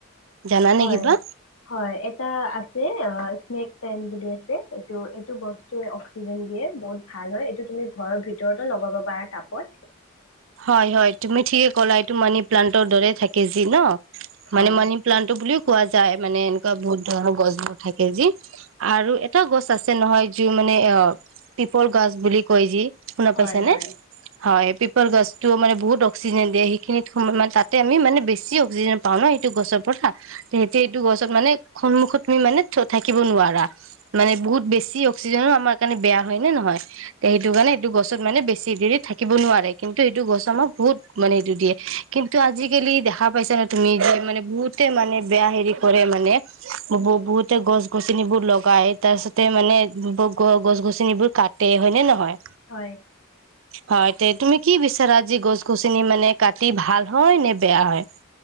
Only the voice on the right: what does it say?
জানানে
কিবা?
হয় হয় তুমি ঠিকে ক'লা এইটো মানি প্লানট দৰে থাকে যি ন
মানে মানি প্লাণ্টটো বুলিও কোৱা যায় মানে এনেকুৱা বহুত ধৰণৰ গছ বোৰ থাকে যি আৰু এটা গছ আছে নহয় যি মানে অ পিপল গছ বুলি কয় যি শুনা
পাইছা
নে হয় পিপল গছতো মানে বহুত অক্সিজেন দিয়ে সেইখিনিত সম মানে তাতে আমি মানে বেছি অক্সিজেনা পাও ন সিটো গছৰ পৰা তে সেইটো এইটো গছত মানে সন্মুখত তুমি মানে থাকিব নোৱাৰা মানে বহুত বেছি অক্সিজেনো আমাৰ কাৰণে বেয়া হয় নে নহয় সেইটো কাৰণে এইটো গছত মানে বেছি দেৰি থাকিব নোৱাৰে কিন্তু ইটো গছ আমাক বহুত মানে এইটো দিয়ে কিন্তু আজিকালি দেখা পাইছা ন তুমি যে মানে বহুতে মানে বেয়া হেৰি কৰে মানে বহুতে গছ গছনিবোৰ লগাই তাৰপিছতে মানে গ গছ গছনিবোৰ কাটে হয়নে নহয়
হয় তে তুমি কি বিচাৰা যি গছ গছনি মানে কাটি ভাল হয় নে বেয়া হয়?